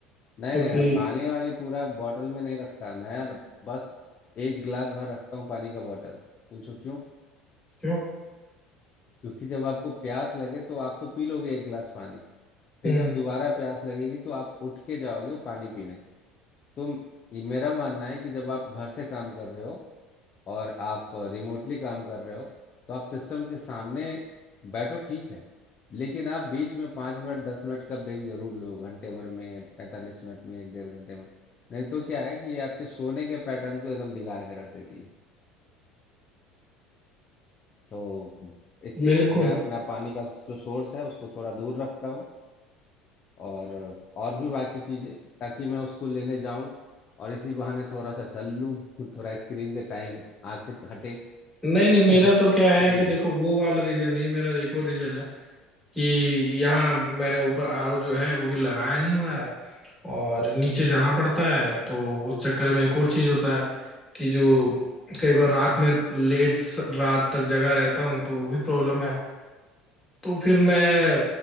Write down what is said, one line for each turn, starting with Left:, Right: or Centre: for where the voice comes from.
Left: नहीं
Centre: क्योंकि
Left: नहीं मैं पानी वानी पूरा बॉटल में नहीं रखता मैं बस एक गिलास भर रखता हूँ पानी का बॉटल पूछो क्यों
Centre: क्यों
Left: क्योंकि जब आपको प्यास लगे तो आप तो पी लोगे एक गिलास पानी फिर
Centre: हम्म
Left: जब दोबारा प्यास लगेगी तो आप उठ के जाओगे पानी पीने तो ये मेरा मानना है कि जब आप घर से काम कर रहे हो और आप रिमोटली काम कर रहे हो तो आप सिस्टम के सामने बैठो ठीक है लेकिन आप बीच में पाँच मिनट दस मिनट का ब्रेक जरूर लो घंटे भर में पैंतालीस मिनट में एक डेढ़ घंटे में नहीं तो क्या है कि ये आपके सोने के पैटर्न को एकदम बिगाड़ के रख देती है तो इसलिए
Centre: बिल्कुल
Left: मैं अपना पानी का जो सोर्स है उसको थोड़ा दूर रखता हूँ और और भी बाकी चीज़ें ताकि मैं उसको लेने जाऊं और इसी बहाने थोड़ा सा चल लूं <laughs> थोड़ा स्क्रीन से टाइम आंखें हटे
Centre: नहीं नहीं
Left: <laughs>
Centre: मेरा
Left: यही
Centre: तो क्या है कि देखो
Left: है
Centre: वो वाला रीजन नहीं मेरा एक और रीजन है कि यहाँ मैंने ऊपर आरओ जो है वो भी लगाया नहीं हुआ है और नीचे जाना पड़ता है तो उस चक्कर में एक और चीज होता है कि जो कई बार रात में लेट स- रात तक जगा रहता हूँ तो वो भी प्रॉब्लम है तो फिर मैं